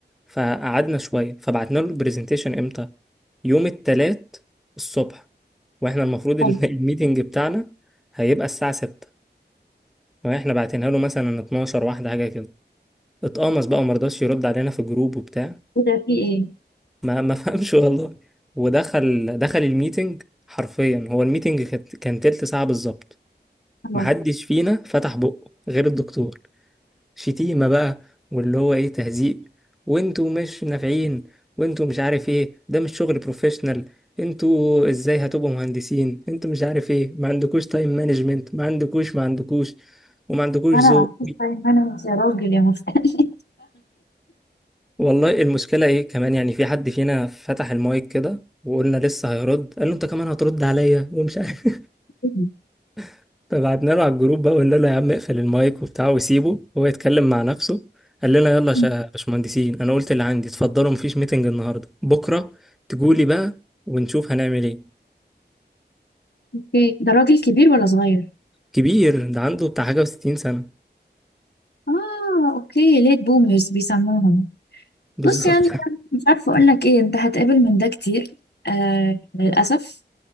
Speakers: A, in the centre; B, on the left.
A: فقعدنا شويه فبعتنا له البرزنتيشن امتى يوم الثلاث الصبح واحنا المفروض ال-
B: حلو
A: <laughs> الميتنج بتاعنا هيبقى الساعه 6 واحنا بعتينها له مثلا 12 واحده حاجه كده اتقمص بقى ومرضاش يرد علينا في الجروب وبتاع
B: ايه ده في ايه؟
A: ما ما فهمش والله ودخل دخل الميتنج حرفيا هو الميتنج كانت- كان تلت ساعة بالظبط
B: خلاص
A: محدش فينا فتح بقه غير الدكتور شتيمة بقى واللي هو ايه تهزيق وانتوا مش نافعين وانتوا مش عارف ايه ده مش شغل بروفيشنال انتوا ازاي هتبقوا مهندسين انتوا مش عارف ايه ما عندكوش تايم مانجمنت ما عندكوش ما عندكوش وما عندكوش
B: انا
A: ذوق
B: عارفه تايم مانجمنت يا راجل يا مختلف
A: والله المشكلة ايه كمان يعني في حد فينا فتح المايك كده وقلنا لسه هيرد قال له انت كمان هترد عليا ومش عارف
B: مم.
A: <laughs> فبعتنا له على الجروب بقى وقلنا له يا عم اقفل المايك وبتاع وسيبه هو يتكلم مع نفسه قال لنا يلا يا شا-
B: <laughs>
A: باشمهندسين انا قلت اللي عندي اتفضلوا مفيش ميتنج النهارده بكره تجولي بقى ونشوف هنعمل ايه
B: اوكي ده راجل كبير ولا صغير
A: كبير ده عنده بتاع حاجة وستين سنة
B: اه اوكي ليت بومرز بيسموهم
A: بالظبط
B: بص يعني
A: <laughs>
B: مش عارفه اقول لك ايه انت هتقابل من ده كتير آه للاسف